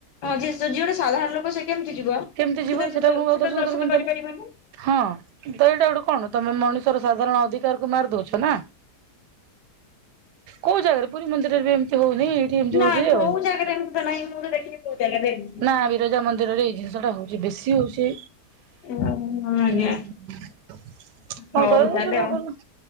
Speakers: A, on the left; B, on the right.
A: ହଁ ଯି ଯିଏ ଗୋଟେ ସାଧାରଣ ଲୋକ ସେ କେମିତି ଯିବ?
B: କେମିତି ଯିବ
A: ସେ
B: ଠାକୁରଙ୍କୁ ଆଉ
A: ସେତ ଦର୍ଶନ
B: କରିବନି ତାହେଲେ
A: କରିପାରିବନି।
B: ହଁ ତ ଏଇଟା ଗୋଟେ କଣ ତମେ ମଣିଷର ସାଧାରଣ ଅଧିକାରକୁ ମାରି ଦଉଛ ନା। କୋଉ ଜାଗାରେ ପୁରୀ ମନ୍ଦିରରେ ବି ଏମିତି ହଉନି। ହୋଉଛି
A: ନା କୋଉ
B: ଆଉ
A: ଜାଗାରେ ଏମିତି ତ ନାହିଁ ମୁଁ ତ ଦେଖିନି କୋଉ ଜାଗାରେ ଏମିତି।
B: ନା ବିରଜା ମନ୍ଦିରରେ ଏଇ ଜିନିଷ ଟା ହଉ ବେଶୀ ହଉଛି।
A: ହଁ ଆଜ୍ଞା
B: ଉଁ ହୁଁ
A: ହଉ ତାହେଲେ
B: ହଁ କଣ <unintelligible>
A: ଆଉ